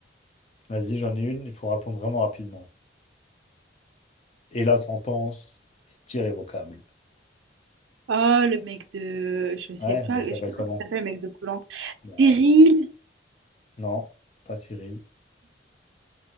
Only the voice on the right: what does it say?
Oh, le mec de... Je sais
pas,
je sais pas
comment il s'appelle, le mec de Koh-Lanta.
Cyril?